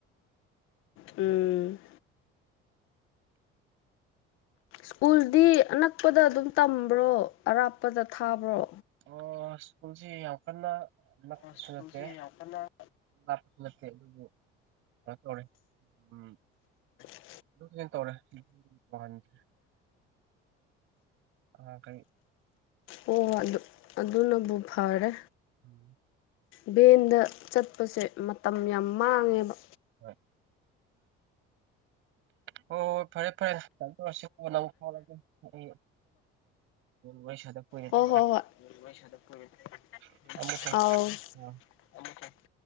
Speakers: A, on the left; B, on the right.
A: ꯎꯝ ꯁ꯭ꯀꯨꯜꯗꯤ ꯑꯅꯛꯄꯗ ꯑꯗꯨꯝ ꯇꯝꯕ꯭ꯔꯣ ꯑꯔꯥꯞꯄꯗ ꯊꯥꯕ꯭ꯔꯣ
B: ꯑꯣ ꯁ꯭ꯀꯨꯜꯁꯤ ꯌꯥꯝ ꯀꯟꯅ ꯅꯛꯄꯁꯨ
A: ꯁꯀꯨꯜꯁꯤ
B: ꯅꯠꯇꯦ
A: ꯌꯥꯝ ꯀꯟꯅ
B: ꯂꯥꯞꯄꯁꯨ ꯅꯠꯇꯦ ꯑꯗꯨꯕꯨ ꯀꯩꯅꯣ ꯇꯧꯔꯦ ꯎꯝ
A: <inaudible>
B: <unintelligible>
A: ꯑꯣ ꯑꯗꯨ ꯑꯗꯨꯅꯕꯨ ꯐꯔꯦ
B: ꯎꯝ
A: ꯚꯦꯟꯗ ꯆꯠꯄꯁꯦ ꯃꯇꯝ ꯌꯥꯝ ꯃꯥꯡꯉꯦꯕ
B: ꯍꯣꯏ ꯍꯣꯏ ꯐꯔꯦ ꯐꯔꯦ <unintelligible> ꯇꯧꯔꯁꯤ ꯀꯣꯟꯅ ꯑꯃꯨꯛ ꯐꯥꯎꯔꯛꯑꯒꯦ ꯑꯩ ꯋꯥꯔꯤ ꯁꯥꯗ ꯀꯨꯏꯔꯦ
A: ꯍꯣ
B: ꯊꯝꯃꯦ
A: ꯍꯣ ꯍꯣꯏ <unintelligible>
B: <unintelligible>
A: ꯑꯥꯎ <unintelligible>